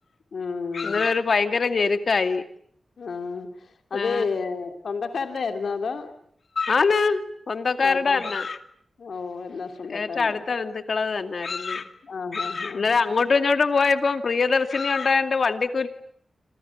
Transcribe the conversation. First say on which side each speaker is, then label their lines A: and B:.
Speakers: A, on the left (about 80°); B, on the left (about 60°).
A: ഉം
B: ഇന്നലെ ഒരു ഭയങ്കര ഞെരുക്കായി
A: ആഹ് അതെ
B: ആ,
A: ഏഹ് സ്വന്തക്കാരുടെ ആയിരുന്നോ? അതോ?
B: ആന്ന് സ്വന്തക്കാരുടെ
A: അല്ല
B: തന്നെ
A: ഓഹ് എല്ലാം സ്വന്തക്കാരുടെ
B: ഏറ്റവും അടുത്ത ബന്ധുക്കളത് തന്നാരുന്നു
A: ആഹ് ആഹ്
B: അല്ലാതെ
A: ആഹ്
B: അങ്ങോട്ട് ങ്ങോട്ടു ഇങ്ങോട്ടും പോയപ്പം പ്രിയദർശിനിയൊണ്ടായോണ്ട് വണ്ടി